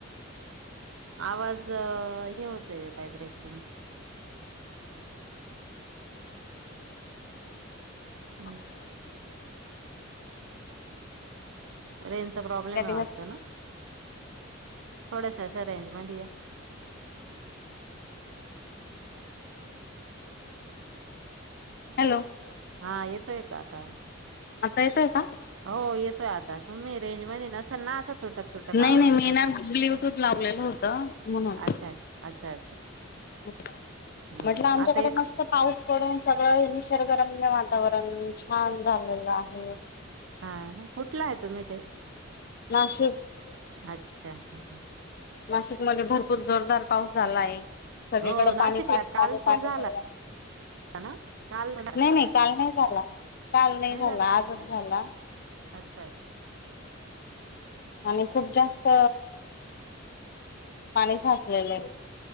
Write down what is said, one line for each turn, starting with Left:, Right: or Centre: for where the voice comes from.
Right: आवाज हे होतय येतय ब्रेक तुमचा. हम.
Left: त्या
Right: रेंजचा प्रॉब्लेम
Left: दिवस
Right: आहे वाटत ना. थोडा स अस अ रेंज मध्ये या.
Left: हॅलो!
Right: हा येतोय का आता.
Left: आता येतय का.
Right: हो येतोय आता तुम्ही रेंज मध्ये नसेल ना. तुटक तुटक
Left: नाही
Right: आवाज
Left: नाही मी
Right: येतो
Left: ना ब्ल्यूटूथ लावलेलं होतं म्हणून.
Right: अच्छा अच्छा अच्छा अच्छा.
Left: म्हटलं
Right: हम्म
Left: आमच्याकडे
Right: आता ये-
Left: मस्त पाऊस. डून सगळं निसर्गरम वातावरण छान झालेलं आहे.
Right: हा ना कुठला आहे तुम्ही ते
Left: नाशिक
Right: अच्छा ह.
Left: नाशिक मध्ये भरपूर जोरदार पाऊस झाला आहे. सगळीकडें
Right: हो
Left: पाणी
Right: नाशिकला
Left: पाणी
Right: काल
Left: पाणी पाणी
Right: पण झाला
Left: झायला.
Right: ना काल पण झाला.
Left: नाही नाही काल नाही झाला काल नाही झाला
Right: झालं का
Left: आजच झाला.
Right: अच्छा अच्छा.
Left: आणि खूप जास्त पाणी साचलेलं आहे.